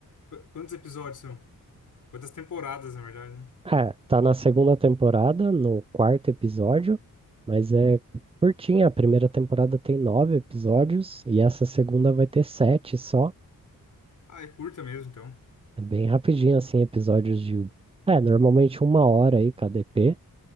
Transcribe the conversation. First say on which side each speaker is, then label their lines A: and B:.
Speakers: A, on the left; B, on the right.
A: Qu- Quantos episódios são? Quantas temporadas, na verdade, né?
B: É, tá na segunda temporada, no quarto episódio, mas é curtinha. A primeira temporada tem nove episódios e essa segunda vai ter sete só.
A: Ah, é curta mesmo, então.
B: É bem rapidinho, assim, episódios de. É, normalmente uma hora aí, KDP